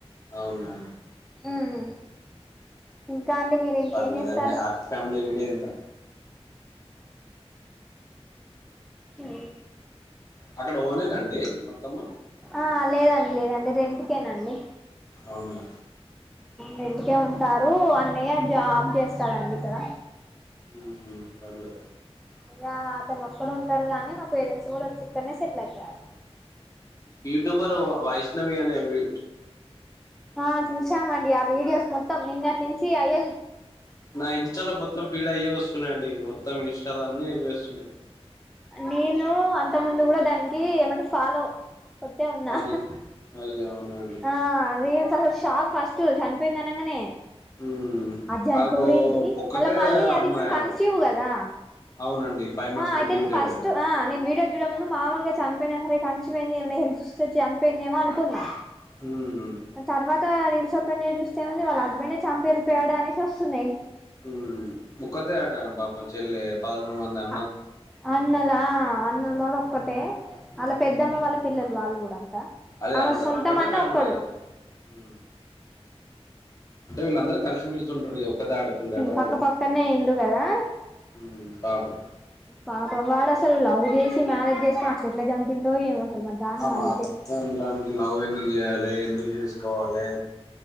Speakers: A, on the left; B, in the centre.
A: అవునా
B: హ్మ్ ఇంకా అండి మీరు ఇంకేం
A: పర్లేదండి
B: చేస్తారు
A: హ్యాపీ ఫ్యామిలీ వీడియో ఇంత
B: ఉ
A: అక్కడ ఓనేనండి మొత్తము
B: ఆ లేదండి లేదండి రెంట్ కె అండి
A: అవునా
B: రెంటికే ఉంటారు అన్నయ్య జాబ్ చేస్తాడండి ఇక్కడ
A: మ్మ్ పర్లే
B: ఇంగ అతను ఒక్కరు ఉంటాడు గాని మా పేరెంట్స్ కూడా ఓచ్చి ఇక్కడ్నె సెటిల్ అయిపోయారు
A: తుబరు వైష్ణవి అనే వె
B: ఆ చూసామండి ఆ వీడియోస్ మొత్తం నిన్నటి నుంచి ఆయె
A: నా ఇన్స్టలో మొత్తం ఫీడ్ అయ్యే వస్తున్నాయిండి మొత్తం ఇన్స్టాల అన్ని ఇవే ఓసున్నాయి
B: నేను అంత ముందు కూడా దానికి ఏమంటారు ఫాలో ఓటే ఉన్నా
A: అయి అయ్య అవునండి
B: ఆ అది అసల్ షాక్ ఫస్ట్ చనిపోయింది అనగానే
A: మ్మ్
B: అడ్ చంపోదేందీ
A: ఆకు ఒక్కతే
B: మళ్ళా మళ్ళీ అది
A: అమ్మాయి
B: ఇప్పుడు కన్సీవ్
A: అట
B: కదా
A: అవునండి ఫైవ్ మంత్స్
B: ఆ
A: ప్రెగ్నెన్సీ
B: అయితే నేను ఫస్ట్
A: అటగా
B: ఆ నేను వీడియో చూడడం ముందు మామూలుగా చనిపోయిన హరే కన్సీవ్ అయిందిఏమన ఇస్సుఎస్ వచ్చి చనిపోయిండెమో అనుకున్నా
A: మ్మ్
B: అ తర్వాత రీల్స్ పెన్ చేసి చూస్తే ఎం ఉంది వాళ్ల హస్బెండే చంపి ఏలిపోయాడానేసి ఒస్తున్నాయి
A: హ్మ్ ఒక్కతే అంట ఆమె పాపం చెల్లె పదమూడు వందా
B: అ అన్నలా అన్నల్ డొలో ఒక్కతే ఆళ్ల పెద్దమ్మ వాళ్ళ పిల్లలు వాళ్ళు కూడా అంత
A: అదే
B: ఆమె
A: అంత
B: సొంత
A: ఒకటే
B: మాన్న
A: ఫ్యామిలీ
B: ఒక్కడు
A: కాదు మ్మ్ అంటే వీళ్ళందరూ కలిసిమెలిసి ఉంటారు ఈ ఒక్కతే ఆడపిల్లట
B: పక్కపక్కనే ఇల్లు కదా
A: హ్మ్ పాపం
B: పాపం వాడ్ అసల్ లవ్ చేసి మ్యారేజ్ చేస్కో అట్లేట్ల చంపిండో ఏమో అసలు మరి దారుణం
A: ఆ
B: అదైతే
A: మాత్రం రానికి లవ్ ఎందుకు చేయాలి ఎందు చేసుకోవాలి